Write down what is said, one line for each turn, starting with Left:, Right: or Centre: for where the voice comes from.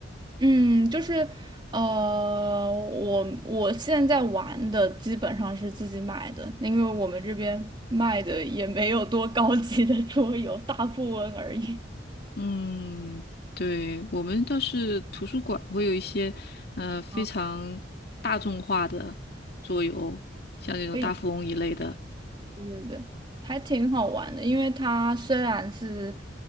Right: 嗯，就是呃，我我现在玩的基本上是自己买的，因为我们这边卖的也没有多高级的桌游，大富翁而已。
Left: 嗯，对，我们倒是图书馆会有一些，呃，非常大众化的桌游，
Right: 啊，
Left: 像那种大富翁一类的。
Right: 可以。对对对，还挺好玩的，因为它虽然是，